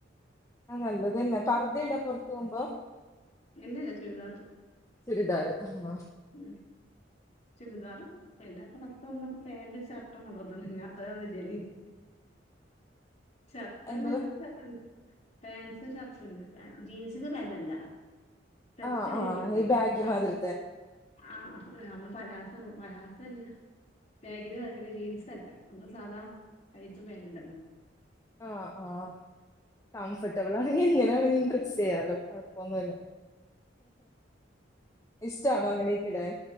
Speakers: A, on the left (about 15°); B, on the left (about 35°).
A: ആ നല്ലത് തന്നെ പർദ്ദ ഇടുക പുറത്ത് പോകുമ്പോ?
B: ഇല്ലില്ലാ ചുരിദാറ്.
A: ചുരിദാറ് ആഹ്.
B: ഉം. ചുരിദാറിടും പിന്നെ പുറത്ത് വന്ന പാന്റും ഷർട്ടും കൊണ്ടുവന്ന് ഞാൻ ഇടുകാന് വിചേരിക്കും. ഷർട്ട് പറഞ്ഞാ
A: എന്തുവാ
B: അങ്ങനത്തെ <unintelligible> പാൻറ്സും ഷർട്ടും ഇല്ല ജീൻസിന്റെ പാൻറ് അല്ല. സെറ്റായി
A: ആഹ് ആഹ്
B: വരൂല്ലേ
A: ഈ ബാഗി
B: ഷർ
A: മാതിരത്തെ
B: ആഹ് നമ്മള് പാലസോ പാലാസ അല്ല. ബാഗിന് മാതിരിത്തെ ജീൻസ് അല്ല നമ്മള് സാധാ <unintelligible> പാന്റ്റുണ്ടല്ലോ.
A: ആഹ് ആഹ് കംഫോർട്ടബിൾ ആണെങ്കിൽ എങ്ങനെവെണെങ്കിലും ഡ്രസ്സ് ചെയ്യാലോ. ഒന്നുംല്ല ഇഷ്ടാണോ അങ്ങനെക്കിടാൻ